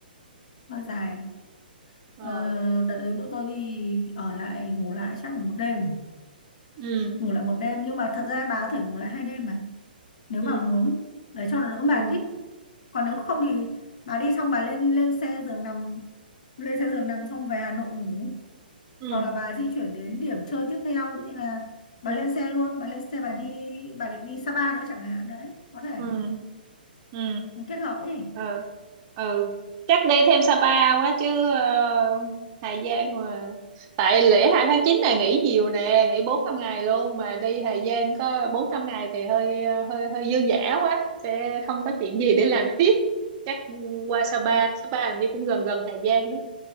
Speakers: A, on the left; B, on the right.
A: hơi dài
B: ờ
A: ờ, đợt đấy bọn tôi đi ở lại ngủ lại chắc là một đêm
B: ừ
A: ngủ lại một đêm nhưng mà thật ra bà có thể ngủ lại hai đêm mà nếu
B: ừ
A: mà muốn để cho nó đỡ mệt
B: ừ
A: tí còn nếu
B: ừ
A: không thì bà đi xong bà lên lên xe giường nằm lên xe giường nằm xong về Hà Nội ngủ
B: ừ
A: hoặc là bà di chuyển đến điểm chơi tiếp theo ví dụ như là bà
B: ừ
A: lên xe luôn bà lên xe bà đi bà định đi Sapa nữa chẳng hạn đấy có thể
B: ừ ừ
A: mình kết hợp ấy
B: ừ ừ chắc đi thêm Sapa quá chứ ờ, Hà Giang mà tại lễ 2 tháng 9 này nghỉ nhiều nè nghỉ bốn năm ngày luôn mà đi Hà Giang có bốn năm ngày thì hơi ờ, hơi hơi dư dả quá sẽ không có chuyện gì để làm tiếp chắc qua Sapa
A: ừ,
B: Sapa hình như cũng gần gần Hà Giang đó